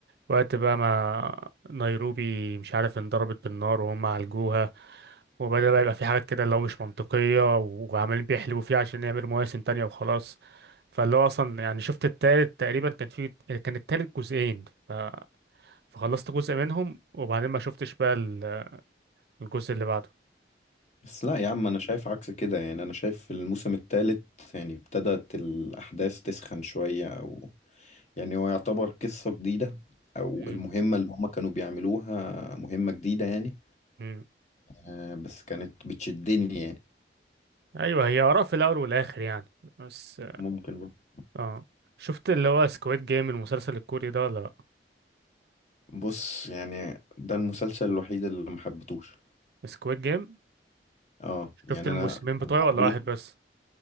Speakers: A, on the right; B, on the left.
A: وقت بقى ما نيروبي مش عارف انضربت بالنار وهم عالجوها وبدأ بقى يبقى في حاجات كده اللي هو مش منطقية وعمالين بيحلبوا فيها عشان يعملوا مواسم تانية وخلاص فاللي هو أصلا يعني شفت التالت تقريبا كان في كان التالت جزئين ف... فخلصت جزء منهم وبعدين ما شفتش بقى ال- الجزء اللي بعده
B: بس لا يا عم انا شايف عكس كده يعني انا شايف في الموسم الثالث يعني ابتدت الاحداث تسخن شوية او يعني هو يعتبر قصة جديدة او
A: مم.
B: المهمة اللي هما كانوا بيعملوها مهمة جديدة يعني
A: مم.
B: آه بس كانت بتشدني يعني
A: أيوه هي آراء في الأول والآخر يعني بس
B: ممكن برضه.
A: اه شفت اللي هو سكويد جيم المسلسل الكوري ده ولا لأ؟
B: بص يعني ده المسلسل الوحيد اللي محبتوش
A: سكويد جيم
B: اه يعني
A: شفت الموسمين
B: انا
A: بتوعه
B: كان عليه
A: ولا واحد بس؟